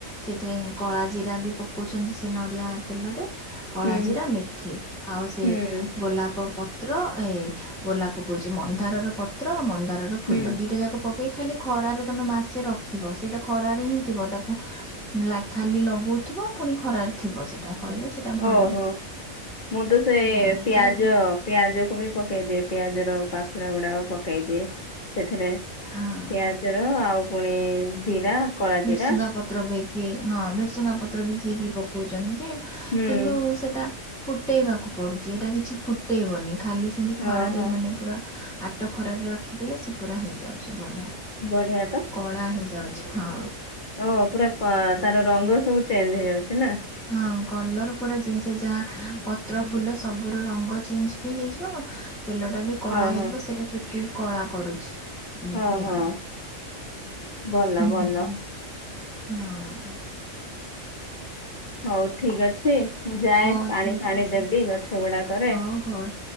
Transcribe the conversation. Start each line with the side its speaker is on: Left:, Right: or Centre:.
Centre: ସେଥିରେ କଳା ଜିରା ବି ପକଉଛନ୍ତି ସେ ନଡ଼ିଆ ତେଲରେ। କଳା
Left: ହୁଁ
Centre: ଜିରା, ମେଥି ଆଉ ସେ
Left: ହୁଁ
Centre: ଗୋଲାପ ପତ୍ର ଏ ଗୋଲାପ କହୁଛି ମନ୍ଦାରର ପତ୍ର ମନ୍ଦାରର ଫୁଲ
Left: ହୁଁ
Centre: ଦିଟା ଯାକ ଖାଲି ଖରାରେ ତମେ ମାସେ ରଖିବ ସେଇଟା ଖରାରେ ହିଁ ଥିବ ତାକୁ ଖାଲି ଲଗଉଥିବ ପୁଣି ଖରାରେ ଥିବ ସେଟା କହିଲେ ସେଇଟା ଭଲ
Left: ଓହୋ ମୁଁ ତ ସେ
Centre: ହଁ
Left: ପିଆଜ
Centre: ସେଇଟା କି
Left: ପିଆଜକୁ ବି ପକେଇ ଦିଏ ପିଆଜର ପାଖୁଡା ଗୁଡାକ ପକେଇଦିଏ। ସେଥିରେ
Centre: ହଁ
Left: ପିଆଜ ର ଆଉ ପୁଣି ଜିରା କଳା
Centre: ମିର୍ସୁଙ୍ଗା
Left: ଜିରା
Centre: ପତ୍ର ବିକି ହଁ ମିରସୁଙ୍ଗା ପତ୍ର ବିକ କିି ପ ଉଛନ୍ତି ଯେ
Left: ହୁଁ
Centre: କିନ୍ତୁ ସେଟା ଫୁଟେଇବାକୁ ପଡୁଛି ଏଇଟା କିଛି ଫୁଟେଇବନି ଖାଲି ସେମିତି ଖରାରେ
Left: ଓହୋ
Centre: ମାନେ ପୁରା ଆପେ ଖରାରେ ରଖିଦେଲେ ସେ ପୁରା ହେଇଯାଉଛି ବଢ଼ିଆ।
Left: ବଢିଆ ତ।
Centre: କଳା ହେଇଯାଉଛି ହଁ।
Left: ଓ ପୁରା ତାର ରଙ୍ଗ
Centre: ଟି
Left: ସବୁ ଚେଞ୍ଜ ହେଇଯାଉଛି ନା।
Centre: ହଁ କଲର ପୁରା ଚେଞ୍ଜ ହେଇଯାହା ପତ୍ର, ଫୁଲ ସବୁର ରଙ୍ଗ ଚେଞ୍ଜ। ବି ହେଇଯିବ ତେଲ ଟା ବି କଳା
Left: ହଁ
Centre: ହେଇଯିବ
Left: ହଁ
Centre: ସେଇଟା ଚୁଟି ବି କଳା କରୁଛି। ଏମତି
Left: ଓହୋ
Centre: ଆଉ
Left: ଭଲ
Centre: ହ
Left: ଭଲ
Centre: ହଁ ହଁ।
Left: ହଉ ଠିକ ଅଛି। ମୁଁ ଯାଏ
Centre: ହଉ
Left: ପାଣି
Centre: ଠିକ୍
Left: ଫାଣି
Centre: ଅଛି।
Left: ଦେବି ଗଛ ଗୁଡାକରେ
Centre: ହଉ ହଉ